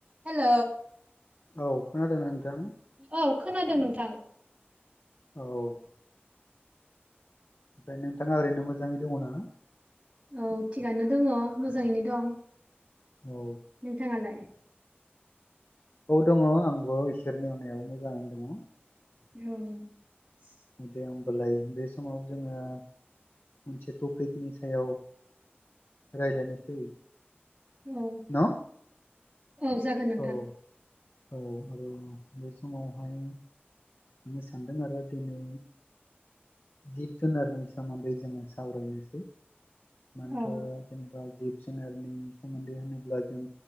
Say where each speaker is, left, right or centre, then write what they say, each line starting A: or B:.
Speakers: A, on the right; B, on the left.
A: हेल'
B: औ खोनादोंना नोंथां
A: औ खोनादों नोंथां
B: औ ओमफ्राय नोंथाङा ओरैनो मोजाङै दङ ना
A: औ थिगानो दङ मोजाङैनो दं
B: औ
A: नोंथाङालाय
B: औ दङ आंबो इसोरनि अनायाव मोजाङैनो दङ
A: औ
B: दे होमबालाय बे समाव जोङो मोनसे टपिकनि सायाव रायज्लायनोसै
A: औ
B: न
A: औ जागोन नोंथां
B: औ औ आरो बे समावहाय आङो सानदों आरो दिनै जिब जुनारनि सोमोन्दै जोङो सावरायनोसै। मानोथो
A: औ
B: जेनेबा जिब जुनारनि सोमोन्दै होनोब्ला जों